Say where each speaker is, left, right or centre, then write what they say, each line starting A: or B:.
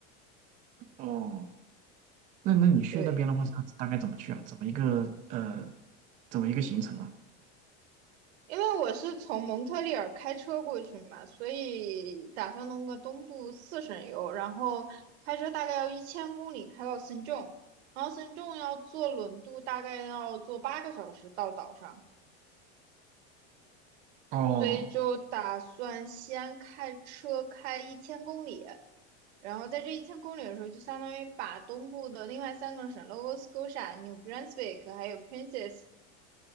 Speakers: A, on the right; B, on the right.
A: 哦，那那你去那边的话，
B: 对，
A: 是大概怎么去啊？怎么一个呃怎么一个行程啊？
B: 因为我是从蒙特利尔开车过去嘛，所以打算弄个东部四省游，然后开车大概要一千公里开到圣仲，然后圣仲要坐轮渡，大概要坐八个小时到岛上。
A: 哦。
B: 所以就打算先开车开一千公里，然后在这一千公里的时候，就相当于把东部的另外三个省 Nova Scotia、New Brunswick 还有 Princess